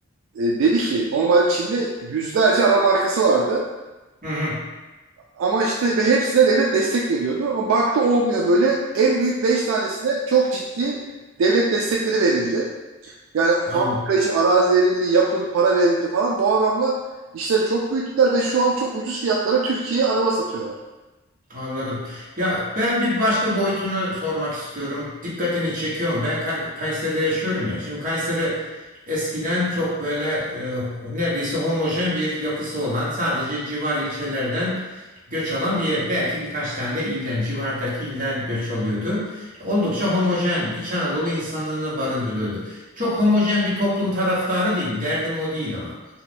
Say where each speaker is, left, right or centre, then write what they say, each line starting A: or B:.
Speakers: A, on the right (about 75°); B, on the right (about 40°).
A: e, dedi ki normalde Çin'de yüzlerce araba markası vardı.
B: hı, hı,
A: Ama işte ve hepsine devlet destek veriyordu. Ama baktı olmuyor böyle. En büyük 5 tanesine çok ciddi devlet destekleri verildi. Yani
B: anladım.
A: fabrika için arazi verildi, yapın para verildi falan. Bu adamlar işleri çok büyüttüler ve şu an çok ucuz fiyatlara Türkiye'ye araba satıyorlar.
B: Anladım. Ya ben bir başka boyutunu sormak istiyorum. Dikkatini çekiyor mu? Ben Kay- Kayseri'de yaşıyorum ya. Şimdi Kayseri eskiden çok böyle e, neredeyse homojen bir yapısı olan sadece civar ilçelerden göç alan bir yer. Belki birkaç tane de ilden, civardaki ilden göç alıyordu. Oldukça homojen, İç Anadolu insanını barındırıyordu. Çok homojen bir toplum taraftarı değilim. Derdim o değil ama.